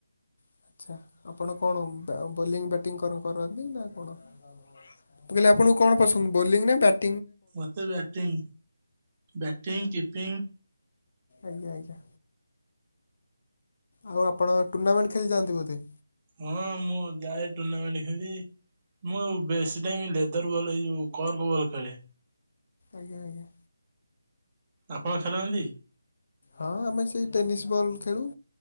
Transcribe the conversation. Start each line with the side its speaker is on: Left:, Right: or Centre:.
Left: ଆଚ୍ଛା, ଆପଣ କଣ ବ ବୋଲିଂ ବ୍ୟାଟିଂ କରପାରନ୍ତି ନା କଣ? ମୁଁ କହିଲି, ଆପଣଙ୍କୁ କଣ ପସନ୍ଦ ବୋଲିଂ ନା ବ୍ୟାଟ
Right: ମୋତେ ବ୍ୟାଟିଂ ବ୍ୟାଟିଂ, କିପିଂ।
Left: ଆଜ୍ଞା ଆଜ୍ଞା। ଆଉ ଆପଣ ଟୁର୍ଣ୍ଣାମେଣ୍ଟ ଖେଳି ଯାଆନ୍ତି ବୋଧେ?
Right: ହଁ ମୁଁ ଯାଏ ଟୁର୍ଣ୍ଣାମେଣ୍ଟ ଖେଳି। ମୁଁ ଆଉ ବେଶି ଟାଇମ ଲେଦର ବଲ ଏଇ ଯୋଉ କର୍ପ୍ ବଲ ଖେଳେ।
Left: ଆଜ୍ଞା ଆଜ୍ଞା।
Right: ଆପଣ ଖେରନ୍ଦି?
Left: ହଁ, ଆମେ ସେଇ ଟେନିସ ବଲ୍ ଖେଳୁ।